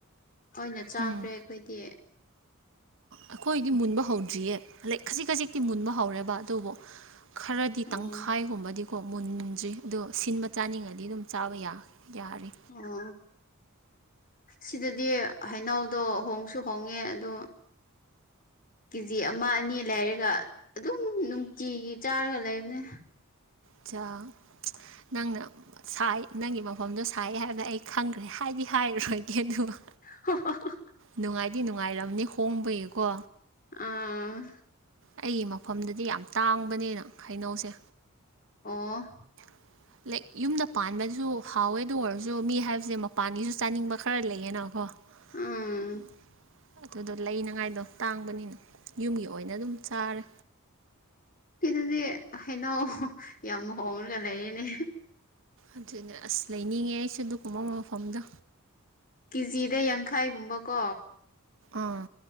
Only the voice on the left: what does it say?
ꯇꯣꯏꯅ ꯆꯥꯈ꯭ꯔꯦ
ꯑꯩꯈꯣꯏꯗꯤ
ꯑꯣ
ꯑꯣ ꯁꯤꯗꯗꯤ ꯍꯩꯅꯎꯗꯣ ꯍꯣꯡꯁꯨ ꯍꯣꯡꯉꯦ ꯑꯗꯣ ꯀꯦꯖꯤ ꯑꯃ ꯑꯅꯤ ꯂꯩꯔꯒ ꯑꯗꯨꯝ ꯅꯨꯡꯇꯤꯒꯤ ꯆꯥꯔꯒ ꯂꯩꯕꯅꯦ
ꯍ <unintelligible>
ꯑꯥ
ꯑꯣ
ꯎꯝ
ꯁꯤꯗꯗꯤ ꯍꯩꯅꯧ ꯌꯥꯝ ꯍꯣꯡꯉꯒ ꯂꯩꯔꯤꯅꯦ
ꯀꯦꯖꯤꯗ ꯌꯥꯡꯈꯥꯏꯒꯨꯝꯕ ꯀꯣ